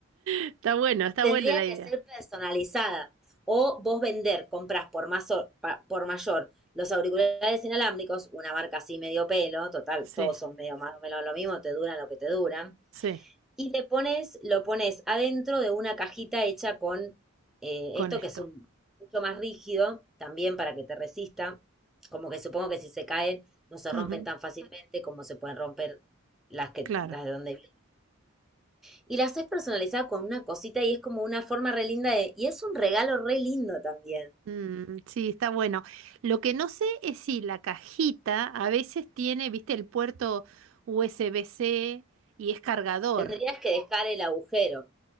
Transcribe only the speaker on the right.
Está bueno, está
buena la
idea.
Sí,
sí,
con
esto.
Ujú.
Claro.
Mm, sí, está bueno. Lo que no sé es si la cajita a veces tiene, viste, el puerto USB-C y es cargador.